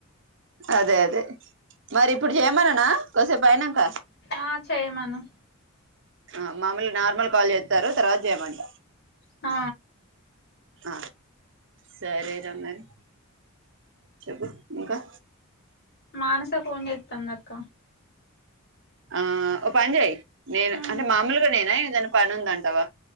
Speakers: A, on the right; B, on the left.
A: అదే అదే మరిప్పుడ్ చేయమననా కొసేపైనంక
B: ఆ చేయమను
A: ఆ మామూలు నార్మల్ కాల్ చేత్తారు తర్వాత్ జేయమంట
B: ఆ
A: అ సరేరా మరి చెప్పు ఇంకా
B: మానస ఫోన్ చెత్తందక్క
A: ఆ ఓ పన్ జేయ్ నేను
B: ఉమ్
A: అంటే మామూలుగా నేనా ఏదనా పన్ ఉందంటావా